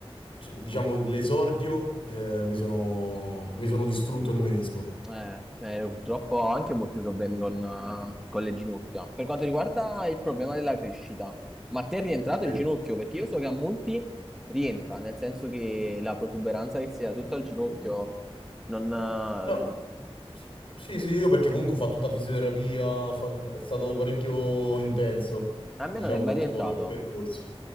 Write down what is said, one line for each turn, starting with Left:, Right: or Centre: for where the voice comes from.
Left: c- diciamo, l'esordio, eh, mi sono, mi sono distrutto il menisco.
Centre: Eh, eh, purtroppo ho anche molti problemi con, eh, con le ginocchia. Per quanto riguarda il problema della crescita, ma a te è rientrato
Left: Sì.
Centre: il ginocchio? Perché io so che a molti rientra, nel senso che la protuberanza che si ha tutto al ginocchio non, eh,
Left: No, s- sì, sì, io perché comunque ho fatto tutta fisioterapia, ho fa- è stato parecchio intenso,
Centre: a me
Left: diciamo,
Centre: non è mai
Left: tutto
Centre: rientrato.
Left: il percorso.